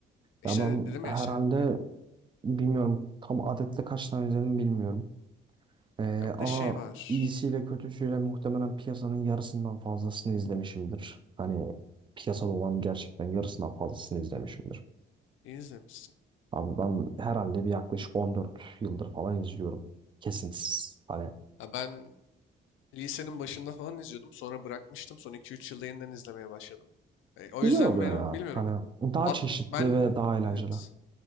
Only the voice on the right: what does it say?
Ya
ben
herhalde
bilmiyorum tam adetle kaç tane izledim bilmiyorum. Ee,
ama
iyisiyle kötüsüyle muhtemelen piyasanın yarısından fazlasını izlemişimdir. Hani piyasada olan gerçekten yarısından fazlasını izlemişimdir.
Abi ben herhalde bir yaklaşık 14 yıldır falan izliyorum. Kesintisiz. Hani
güzel
oluyor
ya.
Hani daha
çeşitli
ve daha eğlenceli.